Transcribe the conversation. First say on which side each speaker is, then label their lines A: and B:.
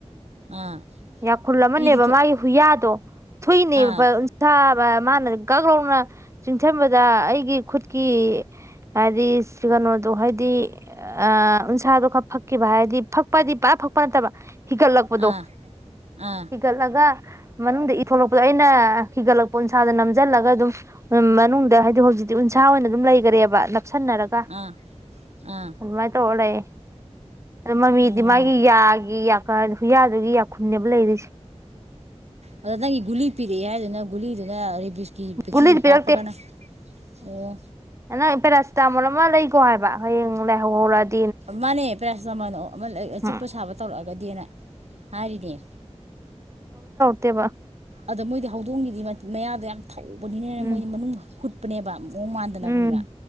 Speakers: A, on the right; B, on the right.
A: ꯑꯥ
B: ꯌꯥꯈꯨꯟ ꯑꯃꯅꯦꯕ
A: ꯏꯗꯤ ꯊꯣꯛ
B: ꯃꯥꯒꯤ ꯍꯨꯏꯌꯥꯗꯣ ꯊꯨꯏꯅꯦꯕ
A: ꯑꯥ
B: ꯎꯟꯁꯥ <unintelligible> ꯃꯥꯅ ꯀꯒꯣꯡꯉ <unintelligible> ꯆꯤꯡꯊꯝꯕꯗ ꯑꯩꯒꯤ ꯈꯨꯠꯀꯤ ꯍꯥꯔꯤꯁ <unintelligible> ꯀꯅꯣꯗꯣ ꯍꯥꯏꯗꯤ ꯑ ꯎꯟꯁꯥꯗꯣ ꯈꯔ ꯐꯛꯈꯤꯕ ꯍꯥꯏꯗꯤ ꯐꯛꯄꯍꯥꯏꯗꯤ ꯄꯨꯔꯥ ꯐꯛꯄ ꯅꯠꯇꯕ ꯍꯤꯒꯠꯂꯛꯄꯗꯣ
A: ꯑꯥ ꯑꯥ
B: ꯍꯤꯒꯠꯂꯒ ꯃꯅꯨꯡꯗ ꯏ ꯊꯣꯛꯂꯛꯄꯗꯣ ꯑꯩꯅ ꯍꯤꯒꯠꯂꯛꯄ ꯎꯟꯁꯥꯗꯣ ꯅꯝꯖꯟꯂꯒ ꯑꯗꯨꯝ ꯃꯅꯨꯡꯗ ꯍꯥꯏꯗꯤ ꯍꯨꯖꯤꯛꯇꯤ ꯎꯟꯁꯥ ꯑꯣꯏꯅ ꯑꯗꯨꯝ ꯂꯩꯒꯔꯦꯕ ꯅꯞꯁꯟꯅꯔꯒ꯫ ꯑꯗꯨꯃꯥꯏ
A: ꯑꯥ ꯑꯥ
B: <unintelligible> ꯇꯧꯔ ꯂꯩꯌꯦ ꯃꯃꯤꯗꯤ
A: ꯑꯣ
B: ꯃꯥꯒꯤ ꯌꯥꯒꯤ ꯌꯥ ꯐꯔꯖꯨ <unintelligible> ꯍꯨꯏꯌꯥꯗꯨꯒꯤ ꯌꯥꯈꯨꯟꯅꯦꯕ ꯂꯩꯔꯤꯁꯦ
A: ꯑꯗ ꯅꯪꯒꯤ ꯒꯨꯂꯤ ꯄꯤꯔꯛꯑꯦ ꯍꯥꯏꯗꯨꯅ ꯒꯧꯂꯤꯗꯨꯅ ꯔꯤ <unintelligible> ꯁꯀꯤꯟ ꯚꯦꯛꯁꯤꯟꯁꯨ
B: ꯒꯨꯂꯤꯗꯤ
A: <unintelligible> ꯀꯥꯞꯄꯒꯅ
B: ꯄꯤꯔꯛꯇꯦ
A: ꯑꯣ
B: ꯅꯪ ꯄꯦꯔꯥꯁꯤꯇꯥꯃꯣꯟ ꯑꯃ ꯂꯩꯒꯣ ꯍꯥꯏꯕ ꯍꯌꯦꯡ ꯂꯥꯏꯍꯧ ꯍꯧꯔꯖꯨ
A: ꯃꯥꯟꯅꯦ ꯄꯦꯔꯥꯁꯤꯇꯥꯃꯣꯟ ꯑꯣ ꯑꯃ ꯂꯩꯩꯩ
B: ꯎꯝ
A: ꯆꯤꯛꯄ ꯁꯥꯕ ꯇꯧꯔꯛꯑꯒꯗꯤꯅ ꯍꯥꯏꯔꯤꯅꯦ
B: ꯀꯩꯕ <unintelligible>
A: ꯑꯗ ꯃꯣꯏꯗꯤ ꯍꯧꯗꯣꯡꯒꯤꯗꯤ ꯃꯌ ꯃꯌꯥꯗꯣ ꯌꯥꯝ ꯊꯧꯕꯅꯤꯅꯅꯦ
B: ꯎꯝ
A: ꯃꯣꯏꯗꯤ ꯃꯅꯨꯡꯗ ꯍꯨꯠ ꯄꯅꯦꯕ ꯃꯑꯣꯡ ꯃꯥꯟꯗꯅ
B: ꯎꯝ
A: ꯈꯪꯕ꯭ꯔꯥ